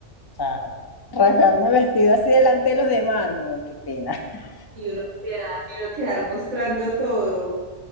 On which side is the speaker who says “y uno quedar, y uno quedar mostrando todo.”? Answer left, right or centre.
Right